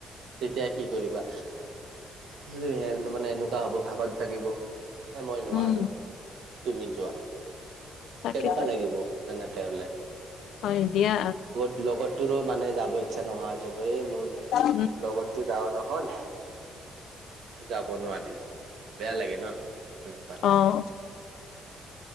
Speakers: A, on the right; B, on the left.
A: তেতিয়া কি কৰিবা মানে এনেকুৱা হ'ব ভাগত লাগিব হে মই নোৱাৰিমে
B: উম
A: তুমি যোৱা
B: তাকেতো
A: কেনকা লাগিব এনেকে হলে
B: হয় দিয়া
A: লগততোৰ মানে যাব ইচ্ছা নোহোৱা হৈ যাব এই মোৰ
B: উম
A: লগত তোৰ যাৱ নহল যাব নোৱাৰিলো বেয়া লাগে ন এনুকা
B: অ অ